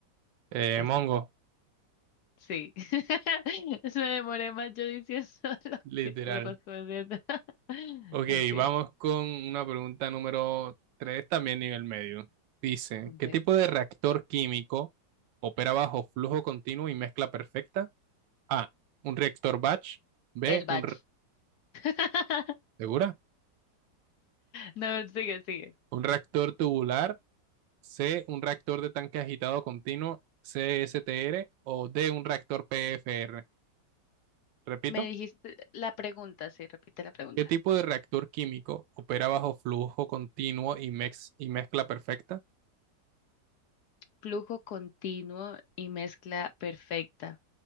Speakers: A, on the right (about 85°); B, on the left (about 65°).
A: Eh,
B: esa.
A: Mongo.
B: Sí. <laughs> Me demoré más yo diciendo <laughs> lo
A: Literal.
B: que tú respondiendo. <laughs>
A: Ok,
B: Ok.
A: vamos con una pregunta número tres también nivel medio. Dice,
B: Ok.
A: ¿qué tipo de reactor químico opera bajo flujo continuo y mezcla perfecta? A, un reactor batch. B,
B: El batch.
A: un re-
B: <laughs>
A: ¿segura?
B: No, sigue, sigue.
A: Un reactor tubular. C, un reactor de tanque agitado continuo, CSTR. O D, un reactor PFR. Repito,
B: Me dijiste la pregunta, sí, repite la pregunta.
A: ¿qué tipo de reactor químico opera bajo flujo continuo y, mex- y mezcla perfecta?
B: Flujo continuo y mezcla perfecta.